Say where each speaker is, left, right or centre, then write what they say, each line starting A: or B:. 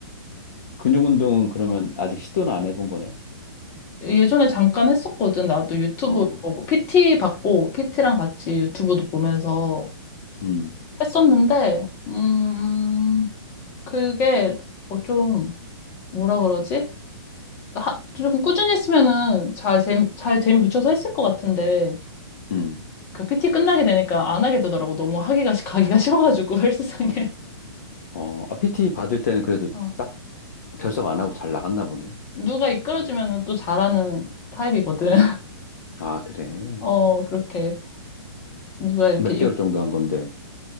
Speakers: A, on the left (about 40°); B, on the left (about 15°).
A: 근육 운동은 그러면
B: 어.
A: 아직 시도는 안 해본 거네.
B: 예전에 잠깐 했었거든. 나도 유튜브
A: 어,
B: 보고, PT 받고, PT랑 같이 유튜브도 보면서
A: 음,
B: 했었는데, 음, 그게 어, 좀, 뭐라 그러지? 하, 좀 꾸준히 했으면은 잘, 재미, 잘 재미 붙여서 했을 것 같은데,
A: 음.
B: 그 PT 끝나게 되니까 안 하게 되더라고. 너무 하기가, 싫- 가기가 싫어가지고, <laughs> 헬스장에.
A: 어, 아, PT 받을 때는 그래도
B: 어.
A: 딱 결석 안 하고 잘 나갔나 보네.
B: 누가 이끌어주면은 또 잘하는 타입이거든.
A: 아, 그래.
B: 어, 그렇게 누가 이렇게
A: 몇 개월
B: 이-
A: 정도 한 건데,